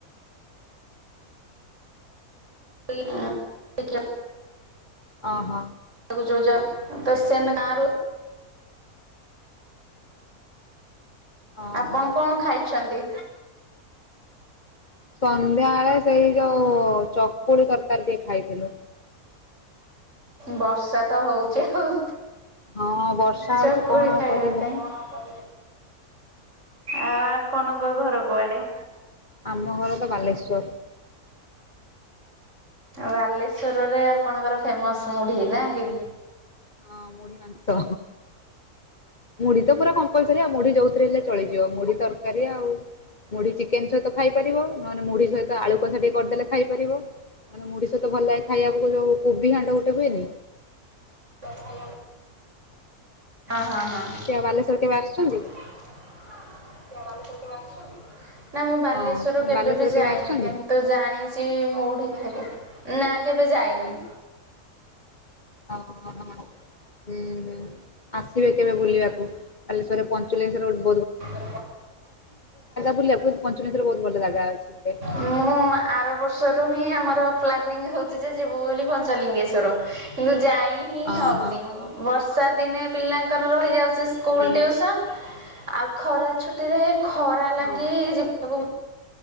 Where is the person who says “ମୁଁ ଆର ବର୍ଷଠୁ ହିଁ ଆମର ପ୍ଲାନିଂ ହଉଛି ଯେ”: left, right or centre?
Right